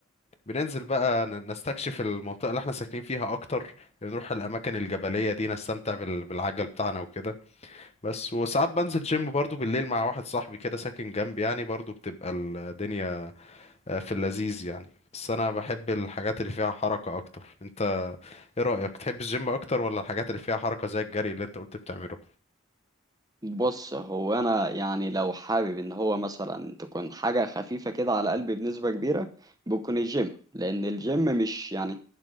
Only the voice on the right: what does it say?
بص هو انا يعني لو حابب ان هو مثلا تكون حاجه خفيفه كده على قلبي بنسبه كبيره بكون الجيم لان الجيم مش يعني